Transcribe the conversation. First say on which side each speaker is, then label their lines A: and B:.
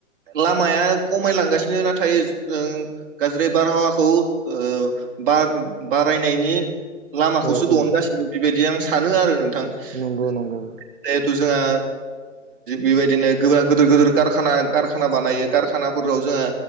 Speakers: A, on the right; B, on the right.
A: लामाया खमायलांगासिनो नाथाय जों गाज्रि बारहावाखौ ओ बार बारायनायनि लामाखौसो
B: औ
A: दिहुनगासिनो
B: औ
A: दं बेबायदि आं सानो आरो नों थां
B: नंगौ
A: जेहेथु
B: नंगौ
A: जोंहा बेबायदिनो गोब्रा गिदिर गिदोराराना कारखाना बानायो कारखानाफोराव जोङो